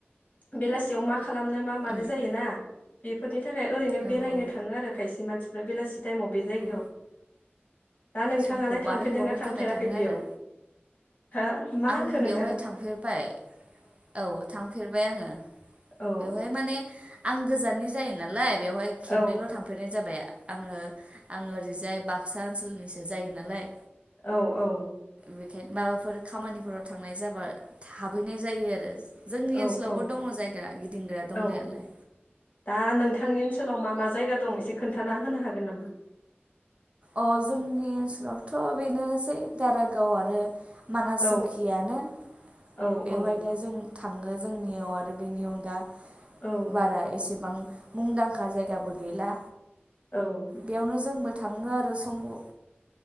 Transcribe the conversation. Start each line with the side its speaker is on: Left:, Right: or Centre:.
Left: बेलासियाव मा खालामनो मा मा नो
Right: उम
Left: जायोना बेफोरनि नि थाखाय ओरैनो
Right: औ
Left: बेरायनो
Right: औ
Left: थाङो आरो खायसे मानसि फ्रा बेलासि टाइम आव बे जायगायाव
Right: औ
Left: दा नोंथाङालाय
Right: समखौ
Left: थांफेरदोंना
Right: बारहोहरनो
Left: थांफेराखै
Right: थाखाय थाङो
Left: बेयाव?
Right: आरो
Left: हो मा
Right: आं
Left: होनखो नोंथाङा
Right: बेवहाय थांफेरबाय, औ थांफेरबाय आङो।
Left: औ
Right: बेवहाय माने आं गोजाननि जायो नालाय। बेवहाय खेबनैल'
Left: औ
Right: थांफेरनाय जाबाय। आङो-आङो ओरैजाय बाक्सा ओनसोलनिसो जायो नालाय।
Left: औ-औ
Right: बेखायनो माबाफोर खामानिफोराव थांनाय जाबा हाबहैनाय जायो आरो। जोंनि
Left: औ-औ-औ
Right: ओनसोलावबो दङ जायगा गिदिंग्रा दंनायालाय
Left: दा नोंथांनि ओनसोलाव मा मा जायगा द - दं एसे खोनथाना होनो हागोन नामा?
Right: अ जोंनि ओनसोलावथ' बेनोसै दारागाव आरो मानास
Left: औ
Right: सौखियानो
Left: औ
Right: बेवहायनो
Left: औ
Right: जों थाङो जोंनियाव आरो बेनि अनगा
Left: औ
Right: बारा एसेबां मुंदांखा जायगाबो गैला
Left: औ
Right: बेयावनो जोंबो थां थाङो आरो समाव